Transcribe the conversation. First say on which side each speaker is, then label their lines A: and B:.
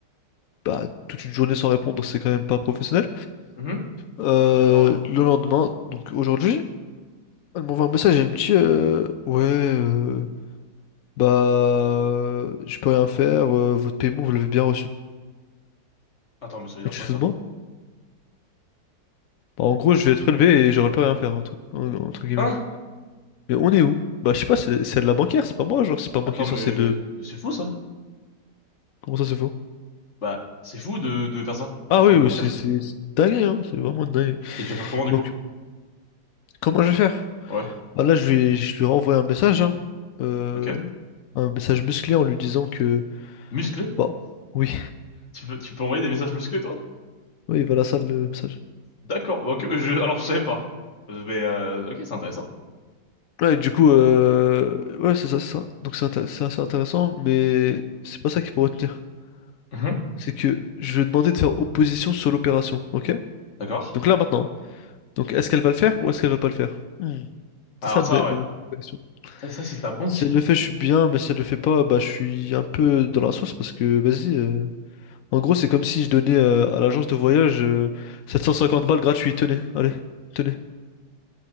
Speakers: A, on the left (about 75°); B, on the left (about 40°).
A: bah, toute une journée sans répondre, c'est quand même pas professionnel.
B: Mhm.
A: Euh,
B: Je suis d'accord, ouais.
A: le lendemain, donc aujourd'hui, elle m'envoie un message et elle me dit euh, Ouais, euh, bah, euh, je peux rien faire, euh, votre paiement, vous l'avez bien reçu.
B: Attends, mais ça veut dire
A: Et tu
B: quoi,
A: te fous
B: ça?
A: de moi? Bah, en gros, je vais être prélevé et j'aurai pas rien faire, entre, en- entre guillemets.
B: Hein?
A: Mais on est où? Bah, je sais pas, c'est c'est de la bancaire, c'est pas moi, genre, c'est pas moi
B: Attends,
A: qui est censé
B: mais
A: de.
B: c'est fou, ça?
A: Comment ça, c'est faux?
B: Bah, c'est fou de, de faire ça,
A: Ah
B: en tant
A: oui,
B: que
A: oui,
B: banquier.
A: c'est c'est c'est une hein, c'est vraiment dingue.
B: Et tu vas faire comment, du
A: Donc,
B: coup?
A: comment je vais faire?
B: Ouais.
A: Bah là, je vais, je lui renvoyer un message, hein, euh,
B: Ok.
A: un message musclé en lui disant que...
B: Musclé?
A: bah, oui,
B: Tu peux, tu peux envoyer des messages musclés, toi?
A: <laughs> oui, voilà ça le message.
B: D'accord. Bah, ok, mais je, alors, je savais pas. Euh, Mais, euh, ok, c'est intéressant.
A: Ouais, et du coup, euh, ouais, c'est ça, c'est ça. Donc c'est inté- c'est assez intéressant, mais c'est pas ça qu'il faut retenir.
B: Mhm.
A: C'est que je vais demander de faire opposition sur l'opération, ok?
B: D'accord.
A: Donc là, maintenant. Donc est-ce qu'elle va le faire ou est-ce qu'elle va pas le faire? Hmm. C'est
B: Alors,
A: ça le,
B: ça,
A: le-
B: ouais.
A: la question.
B: Putain, Ça, c'est ta banquière.
A: C'est le fait, je suis bien, mais si elle le fait pas, bah je suis un peu dans la sauce parce que vas-y. euh, En gros, c'est comme si je donnais euh, à l'agence de voyage euh, 750 balles gratuites. Tenez, allez, tenez.